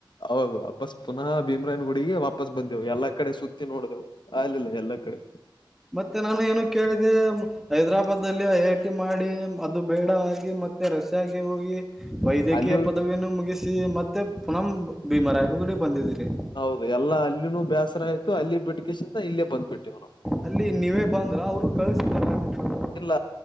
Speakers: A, on the left (about 60°); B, in the centre.
A: ಹೌದು ವಾಪಸ್ ಪುನಃ ಭೀಮರಾಯನ ಗುಡಿಗೆ ವಾಪಸ್ ವಾಪಸ್ ಬಂದೆವು ಎಲ್ಲಾ ಕಡೆ ಸುತ್ತಿ ನೋಡಿದೆವು ಅಗಲಿಲ್ಲ ಎಲ್ಲಾ ಕಡೆ.
B: ಮತ್ತೆ ನಾನು ಏನು ಕೇಳಿದೆ. ಹೈದ್ರಾಬಾದ್ ಅಲ್ಲಿ ಐ ಐ ಟಿ ಮಾಡಿ ಅದು ಬೇಡ ಆಗಿ ಮತ್ತೆ ರಷ್ಯಾಗೆ ಹೋಗಿ. ವೈದ್ಯಕೀಯ
A: ಅಲ್ಲಿಯೂ
B: ಪದವಿಯನ್ನು ಮುಗಿಸಿ ಮತ್ತೆ ಪುನಃ ಭೀಮರಾಯನಗುಡಿಗೆ ಬಂದ್ದೀರಿ.
A: ಹೌದು ಎಲ್ಲಾ ಅಲ್ಲಿನೂ ಬೇಸರ ಆಯ್ತು ಅಲ್ಲಿ ಬಿಟ್ಟಕಸ್ ಇಲ್ಲೇ ಬಂದ್ಬಿಟ್ಟೆ ನಾವ್.
B: ಅಲ್ಲಿ ನೀವೇ ಬಂದ್ರ ಅವರು ಕಳಸಿದಾರ ನಿಮ್ನ.
A: ಇಲ್ಲ